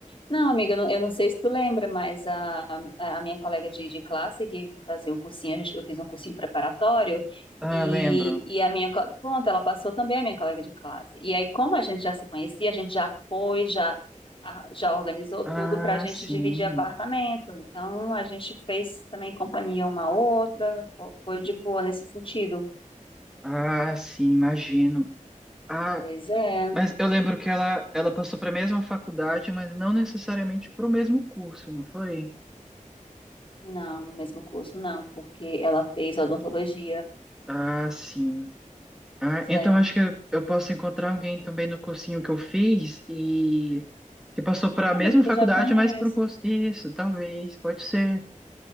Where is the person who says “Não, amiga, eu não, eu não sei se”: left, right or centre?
Left